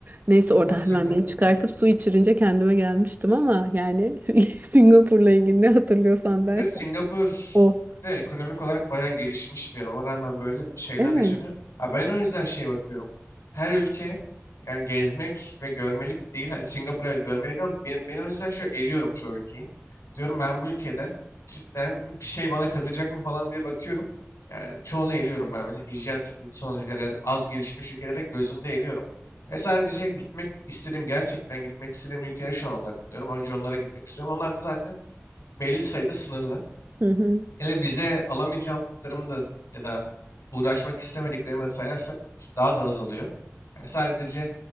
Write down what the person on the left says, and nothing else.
Ha Singapur.
evet.
Bir de Singapur
de ekonomik olarak bayağı gelişmiş bir yer. Ona rağmen böyle şeyler
yaşanıyor. Ha ben o yüzden şey bakıyorum. Her ülke yani gezmek ve görmelik değil. Hadi Singapur evet görmelik ama ben, ben o yüzden şöyle eliyorum çoğu ülkeyi. Diyorum ben bu ülkede cidden bir şey bana katacak mı falan diye bakıyorum. Yani çoğunu eliyorum ben. Mesela hijyen sıkıntısı olan ülkelere, az gelişmiş ülkelere gözümde eliyorum. Ve sadece gitmek istediğim, gerçekten gitmek istediğim ülkelere şu an odaklanıyorum. Önce onlara gitmek istiyorum. Onlar da zaten belli sayıda sınırlı.
Hele vize alamayacaklarımı da ya da uğraşmak istemediklerimi de sayarsak c- daha da azalıyor. Yani sadece